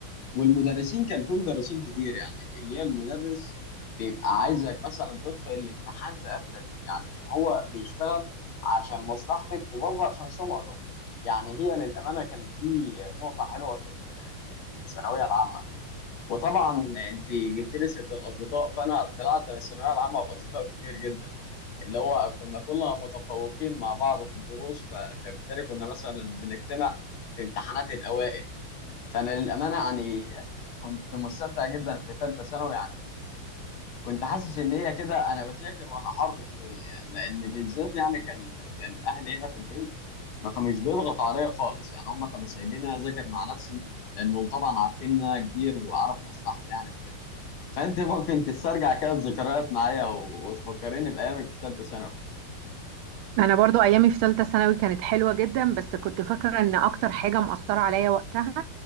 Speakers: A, on the left; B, on the right.
A: والمدرسين كان في مدرسين كتير يعني اللي هي المدرس بيبقى عايزك مثلا تدخل الامتحان تقفل يعني هو بيشتغل عشان مصلحتك وبرضه عشان سمعته يعني هي للامانه كانت دي نقطه حلوه في ال- في الثانويه العامه وطبعا انت جبت لي سيره الاصدقاء فانا طلعت من الثانويه العامه باصدقاء كتير جدا اللي هو كنا كلنا متفوقين مع بعض في الدروس ف... فبالتالي كنا مثلا بنجتمع في امتحانات الاوائل فانا للامانه يعني كنت مستمتع جدا في ثالثه ثانوي يعني كنت حاسس ان هي كده انا بذاكر وانا حر شويه يعني، لان بالذات يعني كان كان اهلي هنا في البيت ما كانوش بيضغطوا عليا خالص يعني هم كانوا سايبيني اذاكر مع نفسي لانهم طبعا عارفين ان انا كبير واعرف اصلحت يعني وكده فانت ممكن تسترجع كده الذكريات معايا و- وتفكريني بايامك في ثالثه ثانوي
B: انا برضو ايامي في ثالثه ثانوي كانت حلوه جدا بس كنت فاكره ان اكتر حاجه مؤثره عليا وقتها